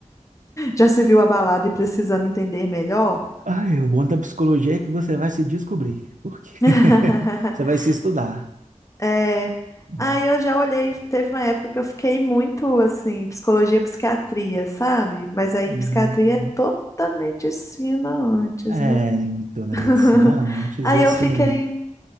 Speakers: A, on the left; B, on the right.
A: já se viu abalado e precisando entender melhor.
B: Ai, o bom da psicologia é que você vai se descobrir. Porque
A: <laughs>
B: <laughs> você vai se estudar,
A: É,
B: né?
A: aí eu já olhei, teve uma época que eu fiquei muito assim, psicologia, psiquiatria, sabe? Mas aí
B: Hum,
A: psiquiatria é toda medicina antes,
B: É,
A: né?
B: me torna
A: <laughs>
B: medicina antes.
A: Aí
B: E assim,
A: eu fiquei,